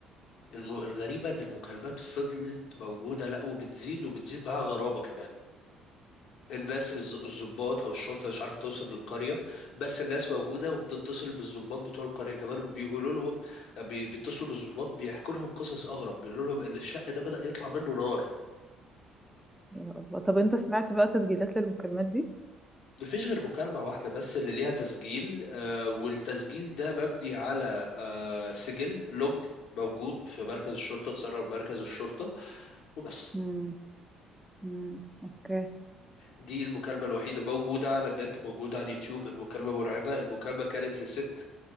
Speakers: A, on the left; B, in the centre.
A: الم... الغريبه ان المكالمات فضلت موجوده لا وبتزيد وبتزيد معاها غرابه كمان الناس الز- الضباط او الشرطه مش عارفه توصل للقريه بس الناس موجوده وبتتصل بالضباط بتوع القريه كمان وبيقولوا لهم بي- بيتصلوا بالضباط بيحكوا لهم قصص اغرب بيقولوا لهم ان الشق ده بدأ يطلع منه نار
B: يا الله طب انت سمعت بقى تسجيلات للمكالمات دي
A: مفيش غير مكالمة واحدة بس اللي ليها تسجيل آه، والتسجيل ده مبني على آه، سجل لوج موجود في مركز الشرطة اتصرف مركز الشرطة وبس
B: مم. مم. اوكي
A: دي المكالمة الوحيدة موجودة على النت موجودة على اليوتيوب المكالمة مرعبة المكالمة كانت لست